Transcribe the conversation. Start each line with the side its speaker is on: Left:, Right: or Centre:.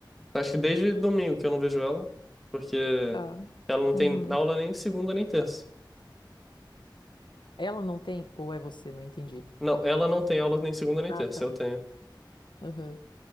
Centre: Acho que desde domingo que eu não vejo ela, porque
Left: tá,
Centre: ela não tem
Left: uhum.
Centre: aula nem segunda nem terça.
Left: Ela não tem, ou é você? Não entendi.
Centre: Não, ela não tem aula nem segunda nem
Left: Ah,
Centre: terça,
Left: tá.
Centre: eu tenho.
Left: Aham.